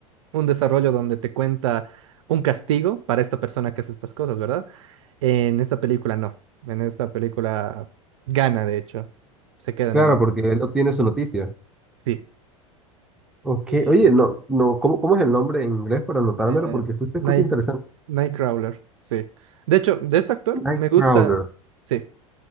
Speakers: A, on the right; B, in the centre.
A: un desarrollo donde te cuenta un castigo para esta persona que hace estas cosas, ¿verdad? En esta película no. En esta película gana, de hecho. Se queda
B: claro,
A: en un...
B: porque él obtiene su noticia.
A: Sí.
B: Ok,
A: Sí.
B: oye, no, no, ¿cómo, cómo es el nombre en inglés para anotármelo?
A: Eh,
B: Porque eso se
A: Night...
B: escucha interesante.
A: Nightcrawler, sí. De hecho, de este actor
B: Nightcrawler.
A: me gusta... Sí,